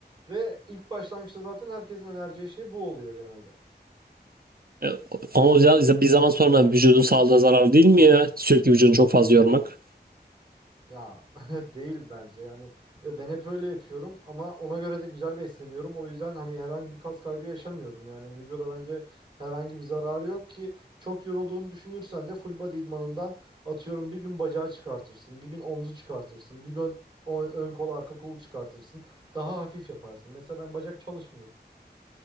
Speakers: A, on the right; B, on the right.
A: Ve ilk başlangıçta zaten herkesin önereceği şey bu oluyor genelde.
B: E, Ama ya- bir zaman sonra vücudun sağlığına zararlı değil mi ya? Sürekli vücudunu çok fazla yormak.
A: Ya <laughs> değil bence yani E, ben hep öyle yapıyorum ama ona göre de güzel besleniyorum. O yüzden hani herhangi bir kas kaybı yaşamıyorum. Yani vücuda bence herhangi bir zararı yok ki çok yorulduğunu düşünürsen de full body idmanından atıyorum bir gün bacağı çıkartırsın, bir gün omzu çıkartırsın, bir gün o- ön kol arka kolu çıkartırsın. Daha hafif yaparsın. Mesela ben bacak çalışmıyorum.